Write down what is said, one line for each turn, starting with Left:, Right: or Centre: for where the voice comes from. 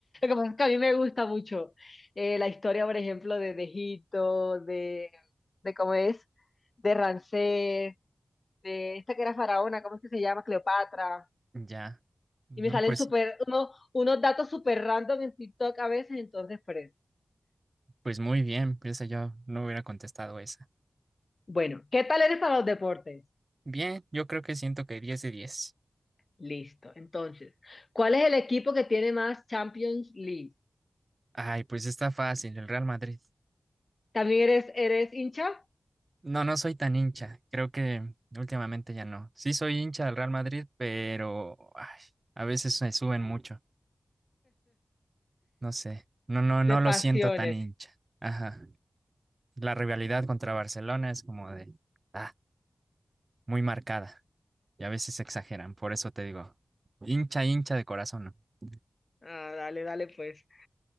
Left: pasa es que a mí me gusta mucho eh, la historia, por ejemplo, de, de Egipto, de, de cómo es, de Ramsés, de esta que era faraona, ¿cómo es que se llama? Cleopatra.
Right: Ya. No,
Left: Y me salen
Right: pues,
Left: súper, uno, unos datos súper random en TikTok a veces, entonces por eso.
Right: pues muy bien. Piensa yo, no hubiera contestado esa.
Left: Bueno, ¿qué tal eres para los deportes?
Right: Bien, yo creo que siento que diez de diez
Left: Listo. Entonces, ¿cuál es el equipo que tiene más Champions League?
Right: Ay, pues está fácil, el Real Madrid.
Left: ¿También eres, eres hincha?
Right: No, no soy tan hincha, creo que últimamente ya no. Sí soy hincha del Real Madrid, pero ay, a veces me suben mucho, no sé. No, no,
Left: De
Right: no lo
Left: pasiones.
Right: siento tan hincha. Ajá. La rivalidad contra Barcelona es como de, ah, muy marcada y a veces exageran, por eso te digo, hincha, hincha de corazón, ¿no?
Left: Ah, dale, dale, pues.